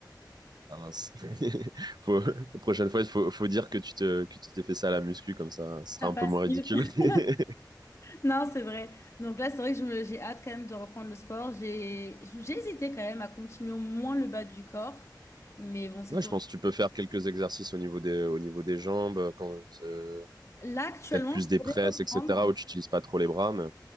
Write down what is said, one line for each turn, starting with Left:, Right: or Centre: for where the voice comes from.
Right: Ah mince. <laughs> Faut- la prochaine fois, il faut, faut dire que tu te, que tu t'es fait ça à la muscu, comme ça, ce sera
Left: Ça
Right: un
Left: passe
Right: peu moins ridicule.
Left: mieux. <laughs>
Right: <laughs>
Left: Non, c'est vrai. Donc là, c'est vrai que je me- j'ai hâte quand même de reprendre le sport. J'ai j'ai hésité quand même à continuer au moins le bas du corps, mais bon, c'est
Right: Ouais,
Left: toujours.
Right: je pense que tu peux faire quelques exercices au niveau des, au niveau des jambes, quand, euh,
Left: Là, actuellement,
Right: peut-être plus
Left: je
Right: des
Left: pourrais
Right: presses,
Left: reprendre.
Right: etc., où tu n'utilises pas trop les bras, mais...